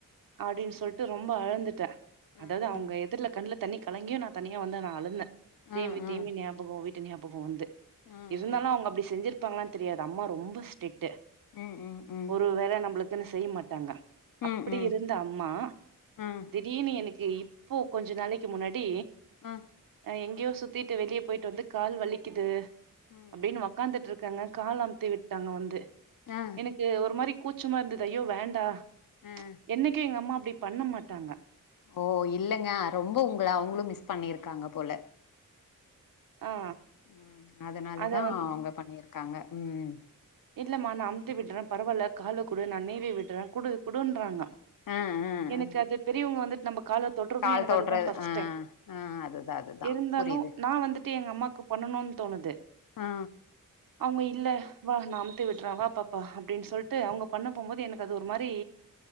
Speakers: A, on the right; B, on the left.
A: அப்டின்னு சொல்ட்டு ரொம்ப அழந்துட்ட அதாவது
B: ம்
A: அவங்க
B: ம்
A: எதர்ல கண்ணல தண்ணி கலங்கியு நா தனியா வந்து நா அழுந்த தேம்பி
B: ம் ம்
A: தேம்பி நாபகம் வீட் தனியா போக வந்து
B: ம் ம்
A: இருந்தாலும் அவங்க அப்டி செஞ்சிருக் ப்பாங்ளான் தெரியாது அம்மா ரொம்ப ஸ்ட்ரிட் ட்டு
B: ம் ம் ம்
A: ஒரு வேள நம்ளுக்கு <unintelligible> செய்ய மாட்டாங்க
B: ம்
A: அப்டி
B: ம்
A: இருக் இந்த அம்மா
B: ம்
A: திடீர்னு எனக்கு இப் ப்போ கொஞ்ச நாளைக்கு முன்னாடி
B: ஆ
A: அஹ் எங்கியோ சுத்திட்டு வெளிய போயிட்டு வந்து கால் வலிக்குது
B: ம்
A: அப்டினு
B: ம்
A: உக்காந்துட்ருக்கங்க கால அம்த்தி விட்டாங்க வந்து
B: ஆ
A: எனக்கு ஒரு மாரி கூச்சமா இருந்தது ஐயோ வேண்டா
B: அஹ்
A: என்னைக்கி எங்க அம்மா அப்டி பண்ண மாட்டாங்க
B: ஓ இல்லங்க ரொம்ப உங்க அவங்ளு மிஸ் பண்ணி இருக்காங்க போல
A: ஆ
B: உம் அதனாலதா
A: அத
B: அவங்க பண்ணிருக்காங்க உம்
A: இல்லமா நா அம்த்தி விட்ற பரவால்ல கால குடு நா நீவி விட்ற குடு குடுன்றாங்க
B: ஆ ஆ
A: எனக்கு
B: ஆ
A: அது பெரியவங்க வந்துட் நம்பக் கால தொட்ரது
B: கால்
A: எனக்கு
B: தொடுறது
A: அதுதா ஃபஸ்
B: ஆ
A: டைம்.
B: ஆ அதுதா அதுதா
A: இருந்தாலு
B: புரியுது
A: நா வந்துட்டு எங்க அம்மாக்கு பண்ணணு தோணுது
B: ஆ
A: அவுங்க இ இல்ல வா நா அம்த்தி விட்ற வா பாப்பா அப் டின்னு சொல்ட்டு அவங்க பண்ண போம்போது எனக்கு அது ஒரு மார் ரி